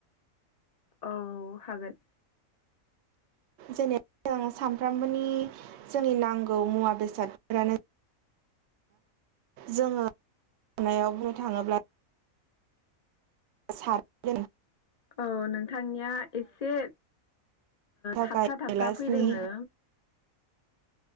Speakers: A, on the left; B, on the right.
A: औ हागोन
B: जेनेबा जों साम फ्रामबोनि जोंनि नांगौ मुवा बेसादफोरानो जोंङो नायाव बुंनो थाङोब्ला सारगोन
A: औ नों थांनिया एसे
B: थाखाय
A: थाबथा थाबथा
B: गिलासनि
A: फैदोङो